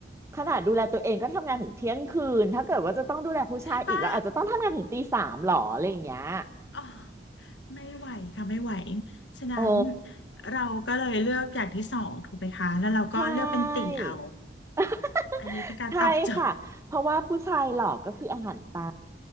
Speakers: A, on the right (about 15°); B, on the left (about 85°).
A: ขนาดดูแลตัวเองก็ทำงานถึงเที่ยงคืนถ้าเกิดว่าจะต้องดูแลผู้ชายอีกแล้วอาจจะต้องทำงานถึงตีสามหรออะไรอย่างเงี้ย
B: ใช่ปะอ๋อ ไม่ไหวค่ะไม่ไหว ฉะนั้น
A: โอ้
B: เราก็เลยเลือกอย่างที่สองถูกไหมคะแล้วเราก็เลือกเป็นติ่งเอา
A: ใช่ <laughs>
B: อันนี้เป็นการตอบโจทย์
A: ใช่ค่ะเพราะว่าผู้ชายหลอกก็คืออาหารตา